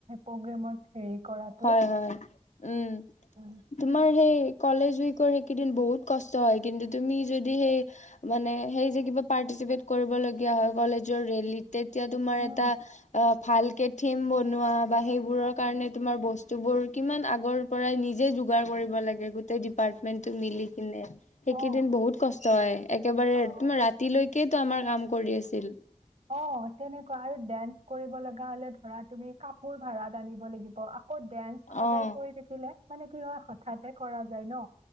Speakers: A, on the right; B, on the left.
A: প্ৰেমত। হেৰি কৰাটো।
B: হয় হয়। উম
A: উম।
B: তোমাৰ সেই। কলেজ উইকৰ সেইকেইদিন বহুত কষ্ট হয়, কিন্তু তুমি যদি সেই মানে সেই যে কিবা পাৰ্টিচিপেট কৰিবলগীয়া হয় কলেজৰ ৰেলীত। তেতিয়া তোমাৰ
A: উম,
B: এটা অ ভালকে। থিম বনোৱা বা সেইবোৰৰ কাৰণে। তোমাৰ বস্তুবোৰ কিমান আগৰ পৰাই নিজে যোগাৰ কৰিব লাগে গোটেই ডিপাৰ্টমেন্টটো মিলি কিনে।
A: অ',
B: এইকেইদিন বহুত কষ্টহ হয়। একেবাৰে
A: অ'।
B: তোমাৰ ৰাতিলৈ। সিয়েতো আমাৰ কাম কৰি আছিল <unintelligible>
A: অ', তেনেকুৱা আৰু ডেন্স কৰিব লগা হলে ধৰা তুমি কাপোৰ ভাড়া। জানিব লাগিব আকৌ ডেন্স সদায়
B: অ',
A: কৰি থাকিলে। মানে কি হয় হঠাতে কৰা যায় ন।